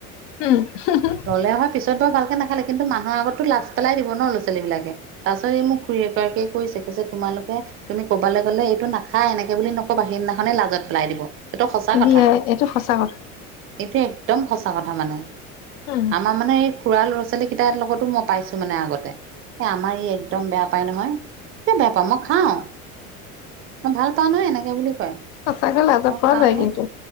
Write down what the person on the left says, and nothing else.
<inaudible>
দিয়ে এইটো সঁচা কথা
উম
সঁচাকে লাজত
পৰা
যায়
কিন্তু